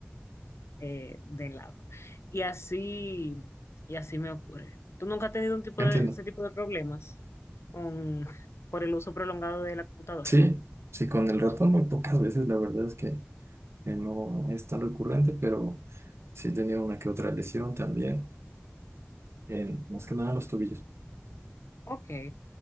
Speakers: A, on the left; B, on the right.
A: eh, de lado. Y así, y así me ocurre. ¿Tú nunca has tenido un tipo
B: entiendo.
A: de, ese tipo de problemas con, por el uso prolongado de la computadora?
B: Sí, sí, con el ratón muy pocas veces, la verdad es que eh, no es tan recurrente, pero sí he tenido una que otra lesión también, en, más que nada en los tobillos.
A: Ok.